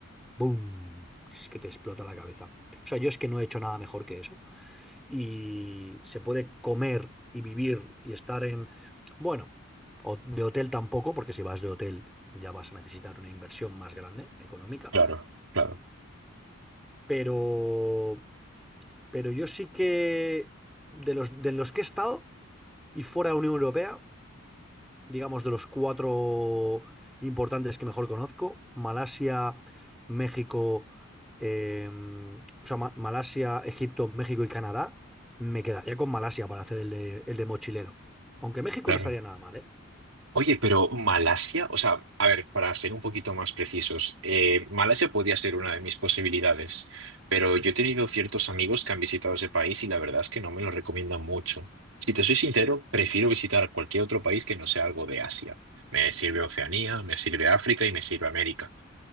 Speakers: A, in the centre; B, on the right.
A: ¡boom! Es que te explota la cabeza. O sea, yo es que no he hecho nada mejor que eso y se puede comer y vivir y estar en, bueno, o- de hotel tampoco, porque si vas de hotel ya vas a necesitar una inversión más grande económica,
B: Claro, claro,
A: pero, pero yo sí que de los, de los que he estado y fuera de la Unión Europea, digamos, de los cuatro importantes que mejor conozco, Malasia, México, eh, o sea, Ma- Malasia, Egipto, México y Canadá, me quedaría con Malasia para hacer el de, el de mochilero. Aunque México
B: claro.
A: no estaría nada mal, ¿eh?
B: Oye, pero Malasia, o sea, a ver, para ser un poquito más precisos, eh, Malasia podría ser una de mis posibilidades, pero yo he tenido ciertos amigos que han visitado ese país y la verdad es que no me lo recomiendan mucho. Si te soy sincero, prefiero visitar cualquier otro país que no sea algo de Asia. Me sirve Oceanía, me sirve África y me sirve América.